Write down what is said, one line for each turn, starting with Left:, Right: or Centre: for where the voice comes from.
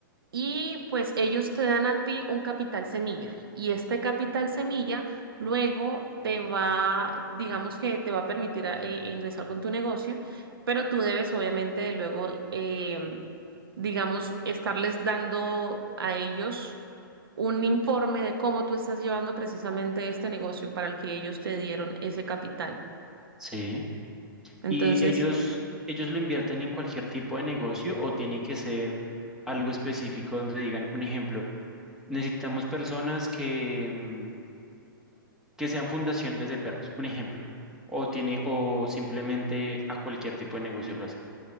Right: Y pues ellos te dan a ti un capital semilla y este capital semilla luego te va, digamos que te va a permitir a- e- e ingresar con tu negocio, pero tú debes obviamente luego, em, digamos, estarles dando a ellos un informe de cómo tú estás llevando precisamente este negocio para el que ellos te dieron ese capital.
Centre: Sí.
Right: Entonces...
Centre: ¿Y ellos, ellos lo invierten en cualquier tipo de negocio o tiene que ser algo específico donde digan, un ejemplo, necesitamos personas que, mm, que sean fundaciones de perros, un ejemplo, o tiene, o simplemente a cualquier tipo de negocio lo hacen.